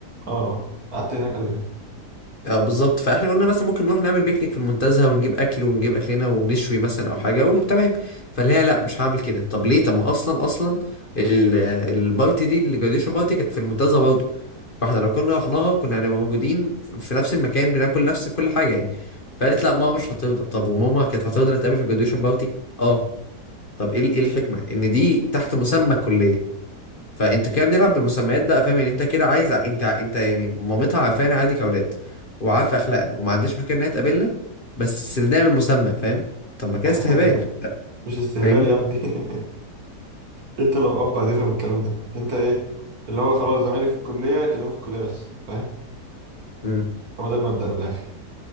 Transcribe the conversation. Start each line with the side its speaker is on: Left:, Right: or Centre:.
Right: اه قعدت هناك قبل كده
Left: اه بالظبط فاحنا قلنا مثلا ممكن نروح نعمل بيكنيك في المنتزه ونجيب اكل ونجيب اكلنا ونشوي مثلا او حاجه وتمام فلا لا مش هعمل كده طب ليه طب ما اصلا اصلا ال- البارتي دي الجراديشن بارتي كانت في المنتزه برضه فاحنا لو كنا رحناها كنا هنبقى موجودين في نفس المكان بناكل نفس كل حاجه يعني فقالت لا ماما مش هترضى طب وماما كانت هترضى نتقابل في الجراديشن بارتي اه طب ايه ايه الحكمه ان دي تحت مسمى الكليه فانت كده بنلعب بالمسميات بقى فاهم يعني انت كده عايز ع- انت انت يعني مامتها عارفانا عادي كاولاد وعارفه اخلاقنا وما عندهاش مشكله ان هي تقابلنا بس بنعمل مسمى فاهم طب ما كده
Right: <laughs>
Left: استهبال
Right: مش استهبال
Left: فاهمني
Right: يا ابني <laughs> انت لو اب هتفهم الكلام ده انت ايه اللي هو خلاص زمالك في الكليه كلمه في الكليه بس فاهم
Left: امم
Right: هو ده المبدأ من الاخر